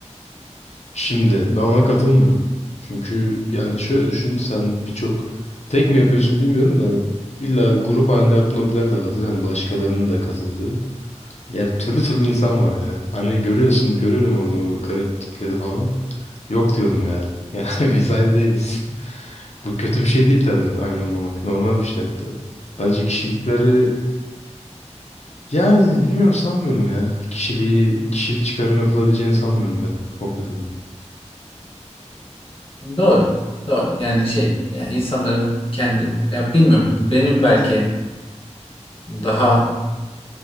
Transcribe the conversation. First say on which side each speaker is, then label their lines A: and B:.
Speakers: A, on the left; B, on the left.
A: Şimdi ben ona katılmıyorum. Çünkü yani şöyle düşün sen birçok tek mi yapıyorsun bilmiyorum da hani illa grup halinde yaptığın hobiler de vardır. Hani başkalarının da katıldığı. Ya türlü türlü insan var ya. Hani görüyorsun görüyorum orada o garip tipleri falan. Yok diyorum ya. Yani <laughs> biz aynı değiliz. <laughs> Bu kötü bir şey değil tabii aynı olmamak. Normal bir şey hatta. Bence kişilikleri yani bilmiyorum sanmıyorum ya. Kişiliği, kişilik çıkarım yapılabileceğini sanmıyorum ben hobilerden.
B: Doğru. Doğru. Yani şey yani insanların kendi ya bilmiyorum benim belki daha